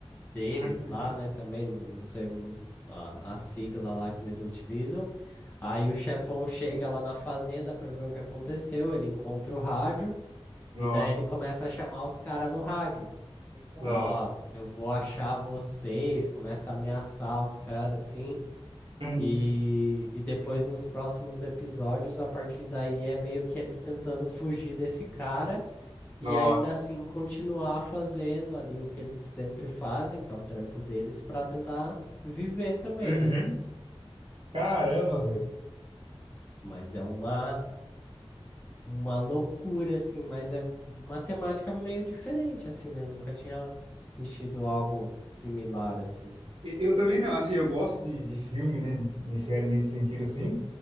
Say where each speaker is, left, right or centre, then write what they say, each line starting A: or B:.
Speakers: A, on the left; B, on the right.
A: deles
B: Aham.
A: lá, né? Também, não não sei hum, a, a sigla lá que eles utilizam. Aí o chefão chega lá na fazenda para ver o que aconteceu, ele encontra o rádio
B: Nossa.
A: e daí ele começa a chamar os caras no rádio.
B: Nossa.
A: Fala, ó, eu vou achar vocês, começa a ameaçar os caras assim.
B: Uhum.
A: E, e depois nos próximos episódios, a partir daí é meio que eles tentando fugir desse cara e
B: Nossa.
A: ainda assim continuar fazendo ali o que eles sempre fazem, que é o trampo deles, para tentar viver também,
B: Uhum.
A: né?
B: Caramba, velho.
A: Mas é uma uma loucura assim, mas é uma temática meio diferente assim, né? Nunca tinha assistido algo similar assim.
B: E- Eu também não, assim, eu gosto de, de filme, né, de, de série nesse sentido, assim,